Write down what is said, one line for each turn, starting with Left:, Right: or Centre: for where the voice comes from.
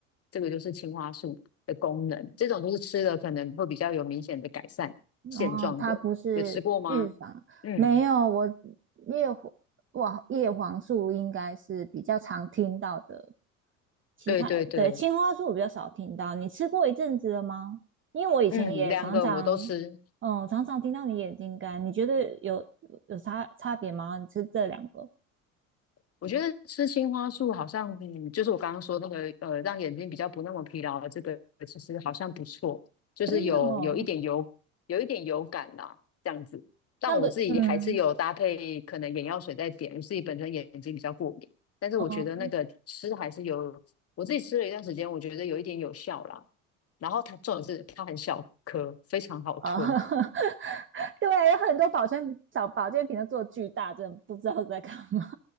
Left: 这个就是青花素的功能，这种就是吃了可能会比较有明显的改善现状的。
Right: 哦，它不是预防，
Left: 有吃过吗？嗯，
Right: 没有，我叶黄哇，叶黄素应该是比较常听到的，其他对青花素我比较少听到。
Left: 对对对，
Right: 你吃过一阵子了吗？因为我以前也常常，
Left: 嗯，两个我都吃。
Right: 嗯，常常听到你眼睛干，你觉得有有差差别吗？你吃这两个，
Left: 我觉得吃青花素好像，嗯，就是我刚刚说那个，呃，让眼睛比较不那么疲劳的这个，其实好像不错，就是有有一点油，
Right: 真的哦？
Left: 有一点油感啦，这样子。但我自己还是有搭配可能眼药水在点，
Right: 那不，嗯，
Left: 我自己本身眼睛比较过敏，但是我觉得那个吃还是有，
Right: 哦，
Left: 我自己吃了一段时间，我觉得有一点有效啦。然后它重点是它很小颗，非常好吞，
Right: 哦，<laughs> 对，有很多保健保保健品都做巨大，真的不知道在干嘛。